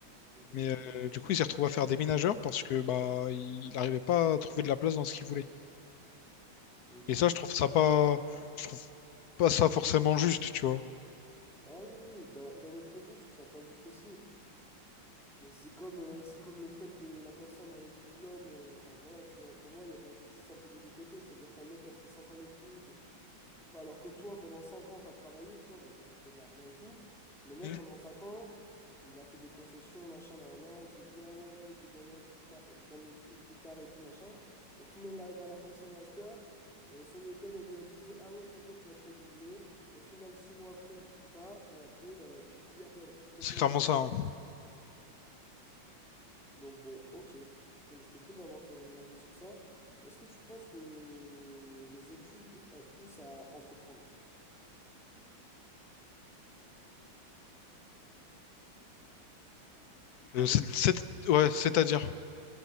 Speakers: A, in the centre; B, on the left.
A: Mhm.
B: Mais euh, du coup, il s'est retrouvé à faire déménageur parce que bah, il n'arrivait pas à trouver de la place dans ce qu'il voulait.
A: Ok.
B: Et ça, je trouve ça pas, je trouve pas ça forcément juste, tu vois.
A: Ah oui, oui, oui. d'un d'un autre côté, je trouve ça pas juste aussi. Mais c'est comme, euh, c'est comme le fait que la personne avec diplôme, euh, enfin voilà, tu vois, pour moi, il y a de l'injustice un peu des deux côtés. C'est-à-dire qu'un mec qui a fait 5 ans d'études, Bah, Alors que toi, pendant 5 ans, tu as travaillé, tu vois, donc tu as gagné de l'argent et tout. Le mec,
B: Mhm.
A: pendant 5 ans, il a fait des concessions, machin, nan, nan, nan. Il s'est dit, ah ouais, je vais gagner plus tard, j'ai gagné plus plus tard et tout, machin. Au final, il arrive à la fin de son master. Euh, son école, elle lui a dit, ah ouais, t'inquiète, tu vas trouver du boulot. Au final, 6 mois après, il trouve pas. Et après, ben, tu te dis, ah ouais, c'est peut-être
B: C'est
A: moi
B: clairement
A: le problème.
B: ça. hein.
A: Donc bon, ok. Donc c'était cool d'avoir ton avis sur ça. Est-ce que tu penses que les études, elles poussent à entreprendre?
B: Euh,
A: Allô?
B: c'est, c'est- ouais, c'est-à-dire.